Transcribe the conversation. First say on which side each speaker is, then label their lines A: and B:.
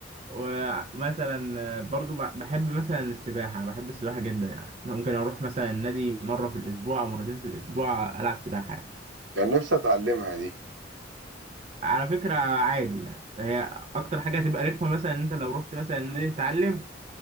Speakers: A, on the right (about 35°); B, on the right (about 85°).
A: ومثلا برضو ب- بحب مثلا السباحة أنا بحب السباحة جدا يعني أنا ممكن أروح مثلا النادي مرة في الأسبوع أو مرتين في الأسبوع ألعب سباحة يعني
B: كان نفسي أتعلمها دي
A: على فكرة عادي يعني هي أكتر حاجة هتبقى رخمة مثلا إن أنت لو رحت مثلا النادي تتعلم